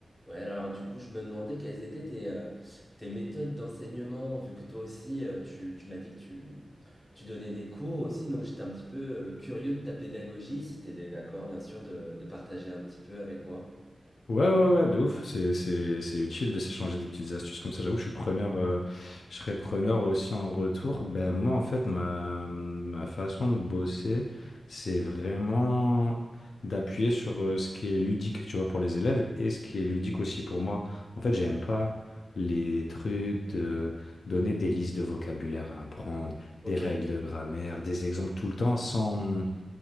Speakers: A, on the left; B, on the left.
A: Ouais, alors du coup, je me demandais quelles étaient tes, euh, tes méthodes d'enseignement, vu que toi aussi, euh, tu, tu m'as dit que tu, tu donnais des cours aussi, donc j'étais un petit peu euh, curieux de ta pédagogie, si tu étais d'accord, bien sûr, de, de partager un petit peu avec moi.
B: Ouais, ouais, ouais, de ouf. C'est, c'est, c'est utile de s'échanger des petites astuces comme ça. J'avoue, je suis preneur, euh, je serais preneur aussi en retour. Ben, moi, en fait, ma, ma façon de bosser, c'est vraiment d'appuyer sur euh, ce qui est ludique, tu vois, pour les élèves et ce qui est ludique aussi pour moi. En fait, j'aime pas les trucs de donner des listes de vocabulaire à apprendre,
A: Ok,
B: des règles de grammaire, des exemples tout le temps sans